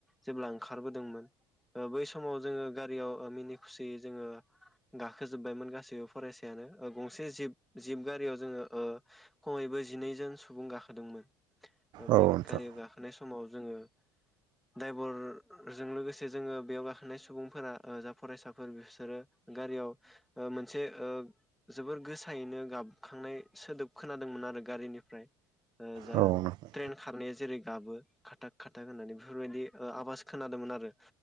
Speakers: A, in the centre; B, on the right (about 55°).
A: जेब्ला ओंखारबोदोंमोन ओ बै समाव जोङो गारियाव मिनि खुसियै जोङो गाखोजोबबायमोन गासैबो फरायसायानो ओ गंसे जिब जिब गारियाव ओ जोङो खमैबो जिनैजन सुबुं गाखोदोंमोन। बै
B: औ नोंथां
A: गारियाव गाखोनाय सम समाव जोङो दाइभारजों लोगोसे जोङो बेयाव गाखोनाय सुबुंफोरा जा फरायसाफोर बिसोरो गारियाव ओ मोनसे ओ जोबोर गोसायैनो गाबखांनाय सोदोब खोनादोंमोन आरो गारिनिफ्राय। ओ जा
B: औ नोंथां।
A: ट्रेन खारनाया जेरै गाबो। खाथाक खाथाक होननानै बेफोरबायदि ओ आवास खोनादोंमोन आरो